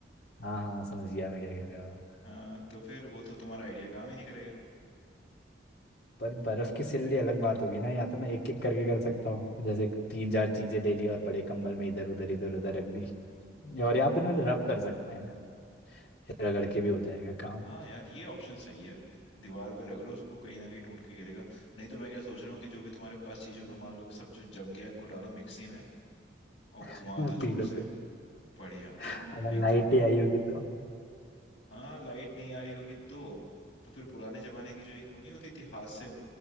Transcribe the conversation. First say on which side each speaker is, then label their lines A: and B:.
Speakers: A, on the left (about 60°); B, on the left (about 85°).
A: हाँ हाँ समझ गया मैं क्या कह रहे हो आप।
B: हाँ तो फिर वो तो तुम्हारा आइडिया काम ही नहीं करेगा
A: पर बर्फ की सिल्ली अलग बात होगी ना या तो मैं एक एक करके कर सकता हूँ जैसे तीन चार चीजें ले ली और बड़े कंबल में इधर उधर इधर उधर रख दी और यहाँ पे इन्होंने रब कर सकते हैं ये रगड़ के भी हो जाएगा काम
B: हाँ यार ये ऑप्शन सही है दीवार पे रगड़ो उसको कहीं ना कहीं टूट के गिरेगा नहीं तो मैं क्या सोच रहा हूँ कि जो भी तुम्हारे पास चीज हो ना मान लो कि सब जो जम गया इनको डालो मिक्सी में और
A: <laughs>
B: घुमा दो जोर
A: पीलो
B: से
A: पे
B: बढ़िया
A: अगर
B: एकदम
A: लाइट ही आई होगी तो
B: हाँ लाइट नहीं आ रही होगी तो तो फिर पुराने जमाने की जो एक नहीं होती थी हाथ से